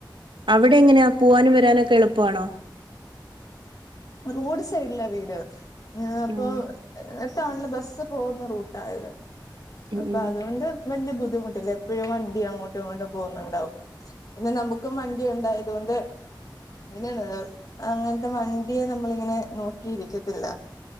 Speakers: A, on the right; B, on the left.
A: അവിടെ എങ്ങനെയാ പോവാനും വരാനൊക്കെ എളുപ്പമാണോ
B: റോഡ് സൈഡില വീട് ഞാ അപ്പൊ
A: ഉം
B: ഒരു ടൗണില് ബസ് പോകുന്ന റൂട്ട ഇത്
A: ഉം
B: അപ്പൊ
A: ഉം
B: അതുകൊണ്ട് വലിയ ബുദ്ധിമുട്ടില്ല എപ്പോഴും വണ്ടി അങ്ങോട്ടും ഇങ്ങോട്ടും പോകുന്നുണ്ടാവും പിന്നെ നമുക്ക് വണ്ടി ഉണ്ടായതുകൊണ്ട് പിന്ന <unintelligible> അങ്ങനത്തെ വ ണ്ടിയെ നമ്മളിങ്ങനെ നോക്കിയിരിക്കത്തില്ല